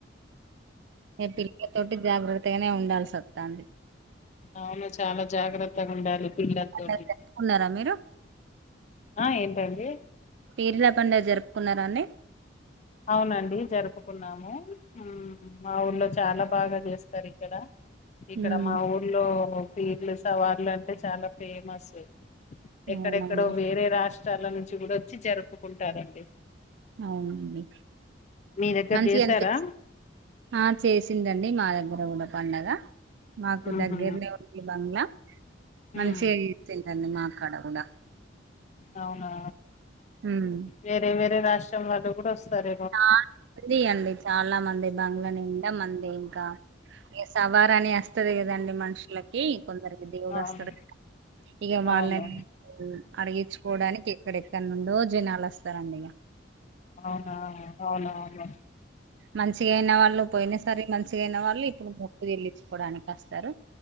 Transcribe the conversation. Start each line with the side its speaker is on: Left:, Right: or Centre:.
Right: ఇగ పిల్లలతోటి జాగ్రత్తగనే ఉండాల్సి వస్తాంది
Left: అవును చాల జాగ్రత్తగా ఉండాలి పిల్లలతోటి
Right: పండగ జరుపుకున్నారా మీరు
Left: ఆ ఏంటండి
Right: పీర్ల పండగ జరుపుకున్నరా అండి
Left: అవునండి జరుపుకున్నాము ఉమ్ మా ఊళ్లో చాలా బాగా చేస్తారు ఇక్కడ ఇక్కడ
Right: ఉమ్
Left: మా ఊర్లో పీర్లు సవార్లు అంటే చాలా ఫేమస్ ఎక్కడెక్కడో
Right: అవునండి
Left: వేరే రాష్ట్రాల నుంచి కూడా వచ్చి జరుపుకుంటారండి
Right: అవునండి
Left: మీ దగ్గర
Right: మంచిగా
Left: చేసారా
Right: అనిపించి హ చేసిందండి మా దగ్గర కూడా పండగ మాకు
Left: ఆహా
Right: దగ్గరనే ఉంది బంగ్లా మంచిగా
Left: ఉమ్
Right: తింటాంది మాక్కడ కూడా
Left: అవునా
Right: ఉమ్.
Left: వేరే వేరే రాష్ట్రం వాళ్ళు కూడా వస్తారు
Right: చాలా మంది అండి చాలా మంది బంగ్ల నిండా ముందే ఇంకా ఇగ సవార్ అని వస్తది కదండి మనుషులకి కొందరికి దేవుడు
Left: అవును
Right: వస్తడు ఇగ వాళ్ళని
Left: అవును
Right: ఉమ్ అడిగిచుకోవడానికి ఎక్కడెక్కడ నుండో జనాలు వస్తారండి ఇగ
Left: అవునా అవునావును
Right: మంచిగయిన వాళ్ళు పోయిన సారి మంచిగయిన వాళ్ళు ఇప్పుడు మొక్కు చెల్లించ్చుకోవడానికి వస్తరు